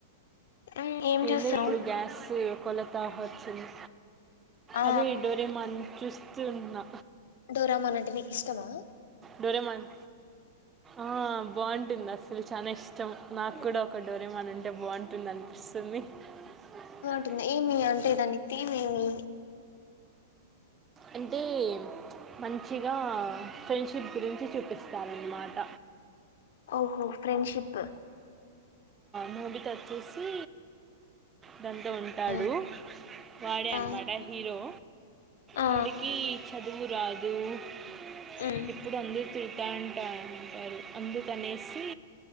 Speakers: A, on the left (about 70°); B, on the right (about 20°).
A: ఉమ్, ఏం
B: ఏందో
A: చూస్తున్నావ్
B: ఇప్పుడు గ్యాస్ కొలతా వచ్చింది
A: ఆ
B: అదే డోరేమాన్ చూస్ తిన్నా
A: డోరెమాన్ అంటే నీకు ఇష్టమా
B: డోరేమాన్ ఆ బాగుంటుంది అసలు చానా ఇష్ట ఇష్టం నాకు కూడా ఒక డోరెమానుంటే బాగుంటుంది అనిపిస్తుంది స్తుంది
A: ఉంటుంది ఏమి అంటే దాన్ని థీమ్ ఏమీ
B: అంటే మంచిగా ఫ్రెండ్షిప్ గురించి చూపిస్తారన్నమాట
A: ఓహో ఫ్రెండ్షిప్
B: నోబితా వచ్చేసి దాంతో ఉంటాడు
A: ఆ
B: వాడే అనమాట
A: ఆ
B: హీరో
A: ఆ
B: వాడికి చదువు రాదు దు
A: ఉమ్
B: ఎప్పుడు అందరు తిడ్ ద అంటా అంటారు అందుకనేసి